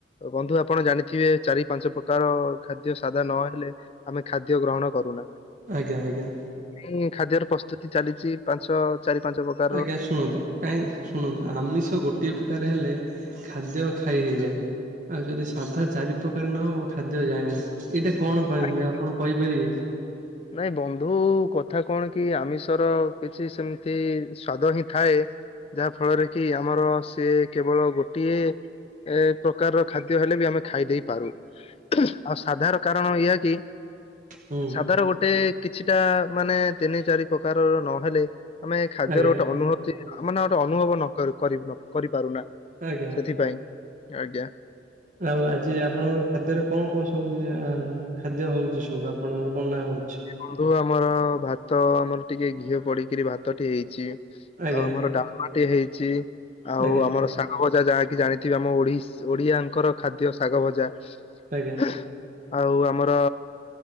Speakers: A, on the left; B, on the right.
A: ବନ୍ଧୁ ଆପଣ ଜାଣିଥିବେ ଚାରି ପାଞ୍ଚ ପ୍ରକାର ଖାଦ୍ୟ ସାଦା ନହେଲେ ଆମେ ଖାଦ୍ୟ ଗ୍ରହଣ କରୁନା
B: ଆଜ୍ଞା ଆଜ୍ଞା
A: ହୁ ଖାଦ୍ୟର ପ୍ରସ୍ତୁତି ଚାଲିଛି ପାଞ୍ଚ ଚାରି ପାଞ୍ଚ ପ୍ରକାର
B: ଆଜ୍ଞା ଶୁଣନ୍ତୁ କାହିଁକି ଶୁଣନ୍ତୁ ଆମିଷ ଗୋଟିଏ ତରକାରି ହେଲେ ଖାଦ ଖାଇ ହେଇଯାଏ ଆଉ ଯଦି ସାଧା ଚାରି ପ୍ରକାର ନହ ଖାଦ୍ୟ ଯାଏ ନାଁ ଏଇଟା କଣ
A: ପ୍ରକାରର
B: ପାଇଁ ହୁଏ ଆପଣ କହିପାରିବେ
A: ନାଇଁ ବନ୍ଧୁ କଥା କଣ କି ଆମିଷର କିଛି ସେମିତି ସ୍ଵାଦ ହିଁ ଥାଏ ଯାହା ଫଳରେ କି ଆମର ସିଏ କେବଳ ଗୋଟିଏ ଏ ପ୍ରକାରର ଖାଦ୍ୟ ହେଲେ ବି ଆମେ ଖାଇ ଦେଇେଇ ପାରୁ ଆଉ ସାଧାର କାରଣ ଏହାଇ କି
B: ହୁଁ
A: ସାଧାର ଗୋଟେ କିଛିଟା ମାନେ ତିନି ଚାରି ପ୍ରକାରର ନହେଲେ ଆମେ ଖାଦ୍ୟର
B: ଆଜ୍ଞା
A: ଗୋଟେ ଅନୁଭୂତି ଆ ମାନେ ଗୋଟେ ଅନୁଭବ ନକ କରିନକରିପାରୁନା
B: ଆଜ୍ଞା।
A: ସେଥିପାଇଁ ଆଜ୍ଞା
B: ଆଉ ଆଜି ଆପଣଙ୍କର ଖାଦ୍ୟରେ କଣ କଣ ସବୁ ଆ ଖାଦ୍ୟ ହଉଛି ସବୁ ଆପଣଙ୍କର ବନା ହଉଛି?
A: ବନ୍ଧୁ ଆମର ଭାତ ଆମର ଟିକେ ଘିଅ ପଡିକିରି ଭାତ ଟେ ହେଇଛି। ଆଉ
B: ଆଜ୍ଞା
A: ଆମର ଡାଲମା ଟେ ହେଇଛି ଆଉ
B: ଆଜ୍ଞା
A: ଆମର ଶାଗ ଭଜା ଯାହାକି ଜାଣିଥିବେ ଆମ ଓଡିଶ୍ ଓଡିଆଙ୍କର ଖାଦ୍ୟ ଶାଗ ଭଜା
B: ଆଜ୍ଞା
A: ହ ଆଉ ଆମର